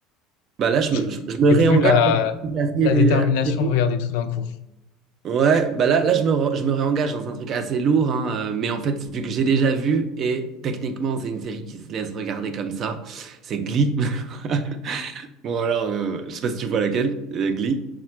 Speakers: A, on the right; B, on the left.
A: Bah là, je
B: j'ai
A: me, je, je me
B: j'ai
A: réengage
B: plus la,
A: assez,
B: la détermination
A: assez vite.
B: de regarder tout d'un coup.
A: Ouais, bah là, là je me, re- je me réengage dans un truc assez lourd, hein, euh, mais en fait, vu que j'ai déjà vu, et techniquement, c'est une série qui se laisse regarder comme ça, c'est Glee. <laughs> Bon, alors, euh, je sais pas si tu vois laquelle, euh, Glee.